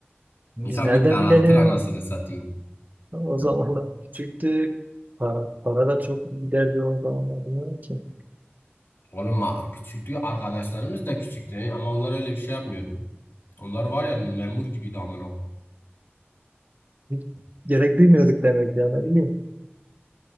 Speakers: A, on the right; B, on the left.
A: Biz
B: İnsan
A: nereden
B: bir daraltır
A: bilelim?
B: anasını satayım.
A: O zamanlar <laughs> küçüktük. Para, para da çok giderdi o zamanlar. Bilmiyorum ki.
B: Oğlum a- küçüktü arkadaşlarımız da küçüktü ama onlar öyle bir şey yapmıyordu. Onlar var ya memur gibiydi amına. koyayım.
A: Hiç gerek duymuyorduk demek yani ne bileyim.